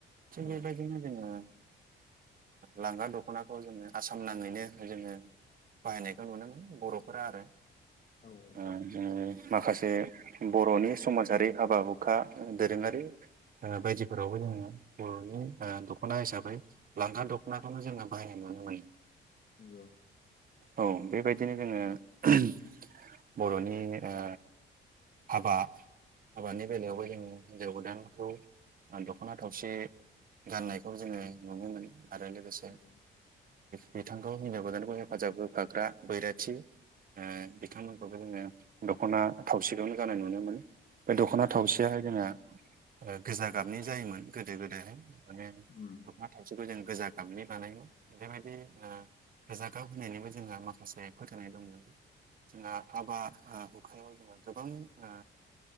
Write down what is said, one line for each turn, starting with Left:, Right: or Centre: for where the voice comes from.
Right: थिक
Left: औ
Right: बे बायदिनो जोङो लांगा दख'नाखौ जोङो आसाम नाङैनो जोङो बाहायनायखौ नुनो मोनो बर'फोरा आरो।
Left: औ औ
Right: ओ माखासे बर'नि समाजारि हाबा हुखा दोरोङारि बायदिफोरावबो जोङो बर'नि दख'ना हिसाबै लांगा दख'नाखौनो जोङो बाहायनाय नुनो मोनो।
Left: नंगौ
Right: औ बेबायदिनो जोङो बर'नि ओ हाबा हाबानि बेलायावबो जोङो हिन्जाव गोदानखौ दख'ना थावसि गाननायखौ जोङो नुनो मोनो आरो लोगोसे
Left: नंगौ
Right: बिथांखौ हिनजाव गोदानखौ हेफाजाब होफाग्रा बैराथि बिथांमोनखौबो जोङो दख'ना थावसिलावनो जानाय नुनो मोनो बे दख'ना थावसेयााय
Left: औ
Right: जोंना गोजा गाबनि जायोमोन गोदो गोदायहाय माने
Left: उम
Right: ना थाबसेखौ जों गोजा गाबनि बानायांगौ बेफोरबायदि ओ रजागाव होननिबो जोंहा माखासे फोथायनाय दंमोन आ हाबा ओ गोबां ओ